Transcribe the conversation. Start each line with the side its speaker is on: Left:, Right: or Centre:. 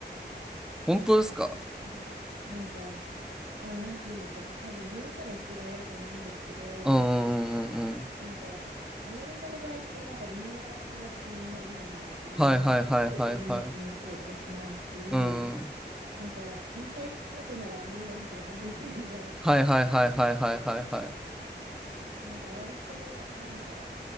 Centre: 本当ですか
Right: しますね。なんか、まあなんて言うんでしょう。多分文化の違いだと思うんですけど、
Centre: うんうんうんうんうん
Right: なんか、アメリカの場合ってなんかみんな違ってみんないいじゃないですけど、
Centre: はいはいはいはいはい
Right: なんかそこって人の目気にしたりとかしないし、
Centre: うん
Right: なんか言いたいことなら言えよみたいな文化なんで、
Centre: はいはいはいはいはいはいはい。
Right: <laughs> なんか割となんか